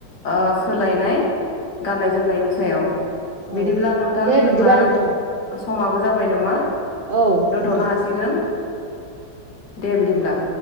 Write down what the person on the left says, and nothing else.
ओ सोलायनाय गाननाय जोमनायनि सायाव बिदिब्ला
नोंथां
जोंना
समाबो जाबाय नामा
दोनथ'नो
हासिगोन दे बिदिब्ला